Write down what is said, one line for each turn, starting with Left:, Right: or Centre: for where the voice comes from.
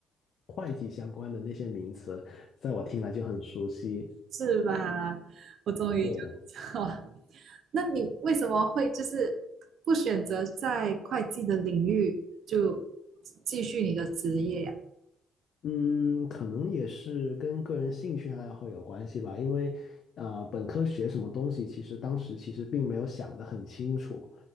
Left: 会计相关的那些名词，在我听来就很熟悉，
Right: 是吧？我终于就
Left: 对。
Right: <laughs> 哇，那你为什么会就是不选择在会计的领域就继续你的职业呀、
Left: 嗯，可能也是跟个人兴趣爱好有关系吧，因为啊、呃本科学什么东西，其实当时其实并没有想得很清楚，